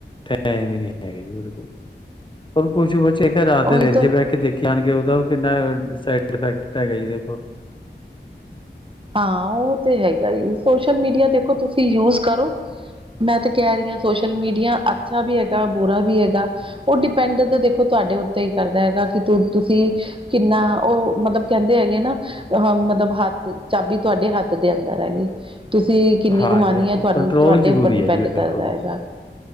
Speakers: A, on the left (about 25°); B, on the right (about 25°).
A: ਟਾਈਮ ਵੀ ਨੀ ਹੈਗੇ। ਜੀ ਬਿਲਕੁਲ। ਔਰ ਕੁਛ ਬੱਚੇ ਘਰ ਰਾਤ ਦੇਰ
B: ਉਹੀ ਤਾਂ
A: ਜੇ ਬਹਿ ਕੇ ਦੇਖ ਆਣ ਕੇ ਉਹਦਾ ਵੀ ਕਿੰਨਾ ਸਾਈਡ ਇਫੈਕਟ ਹੈਗਾ। ਜੀ ਦੇਖੋ।
B: ਹਾਂ ਉਹ ਤੇ ਹੈਗਾ ਈ। ਸੋਸ਼ਲ ਮੀਡੀਆ ਦੇਖੋ ਤੁਸੀਂ ਯੂਜ ਕਰੋ। ਮੈਂ ਤੇ ਕਹਿ ਰਹੀ ਹਾਂ। ਸੋਸ਼ਲ ਮੀਡੀਆ ਅੱਛਾ ਵੀ ਹੈਗਾ। ਬੁਰਾ ਵੀ ਹੈਗਾ। ਉਹ ਡਿਪੈਂਡ ਤੇ ਦੇਖੋ ਤੁਹਾਡੇ ਉੱਤੇ ਹੀ ਕਰਦਾ ਹੈਗਾ। ਕਿ ਤੁਸੀਂ ਕਿੰਨਾ? ਉਹ ਮਤਲਬ ਕਹਿੰਦੇ ਹੈਗੇ ਨਾ। ਅਹ ਮਤਲਬ ਹੱਥ ਚਾਬੀ ਤੁਹਾਡੇ ਹੱਥ ਦੇ ਅੰਦਰ ਹੈਗੀ। ਤੁਸੀਂ ਕਿੰਨੀ
A: ਹਾਂਜੀ-ਹਾਂਜੀ
B: ਗੁਮਾਉਣੀ ਹੈ। ਤੁਹਾਨੂੰ
A: ਕੰਟਰੋਲ
B: -ਤੁਹਾਡੇ
A: ਜ਼ਰੂਰੀ
B: ਉੱਪਰ ਡਿਪੈਂਡ
A: ਹੈ ਜੀ ਵੇਖੋ
B: ਕਰਦਾ ਹੈਗਾ।